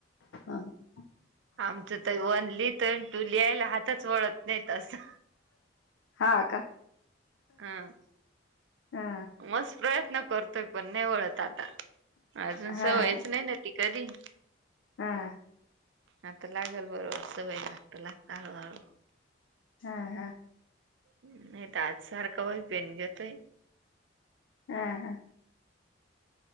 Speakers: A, on the left; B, on the right.
A: <unintelligible>
B: आमचं त वन लिहित टू लिहायला हातच वळत नाहीत. असं
A: हा का.
B: हा
A: हा
B: मस प्रयत्न करतोय पण नाही वळत आता अजून
A: हा
B: सवयच नाही ना ती कधी
A: हा.
B: आता लागेल बरोब सवय लागत लागत हळू हळू
A: चहा का
B: नाही तर आज सारखं वही पेन घेतोय.
A: हा का.